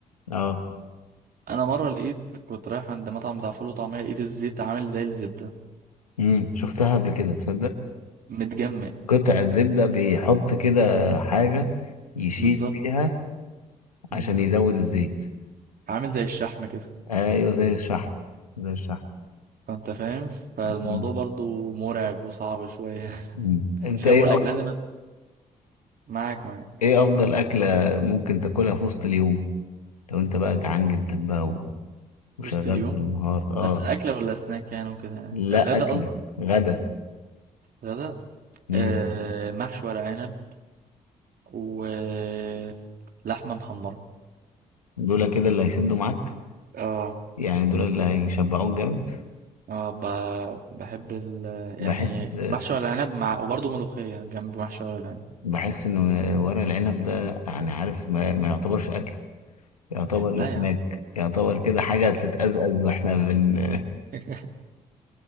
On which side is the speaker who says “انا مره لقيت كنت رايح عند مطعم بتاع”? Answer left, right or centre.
Right